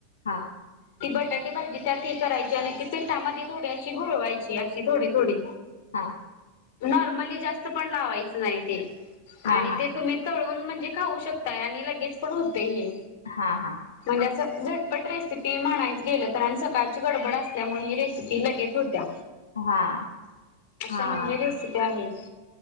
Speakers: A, on the left; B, on the left.
A: हा.
B: ती बटाटे भाजी त्यात हे करायची आणि ती पिठामध्ये थोडी अशी गोळवायची अशी थोडी थोडी
A: हा.
B: नॉर्मली जास्त पण लावायच नाही ते
A: हा
B: आणि
A: हा
B: ते तुम्ही तूळून म्हणजे खाऊ शक आणि लगेज पण होतय हे
A: हा हा
B: म्हणजे अस झटपट रेसिपी म्हणायच गेलं तर आणि सकाळची गडबड असल्यामुळे ही रेसिपी लगेच होत त्या
A: हा
B: असं
A: हा
B: म्हणजे रेसिपी आहे.